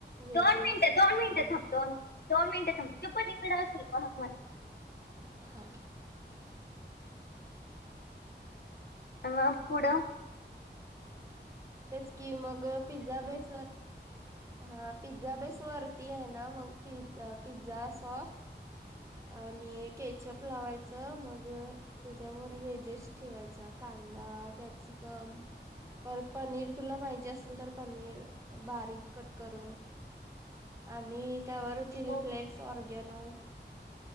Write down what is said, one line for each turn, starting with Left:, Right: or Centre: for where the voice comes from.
Right: व्हेजेस
Left: दोन मिनिटं दोन
Right: मग
Left: मिनिटं थांब दो दोन मिनिटं थांब तोपललीकडं असेल पक मग
Right: हा.
Left: आ मग पुुडं
Right: तेच की मग पिझ्झा बेसवर हा पिझ्झा बेस वरती आहे ना मग पि पिझ्झा सॉस आणि केचअप लावायचं मग त्याच्यावर व्हेजेस ठेवायच्या कांदा कॅप्सिकम परत पनीर तुला पाहिजे असेल तर पनीर बारीक कट करून आणि त्यावररच चिली
Left: हा
Right: फ्लेक्स ऑरगॅनो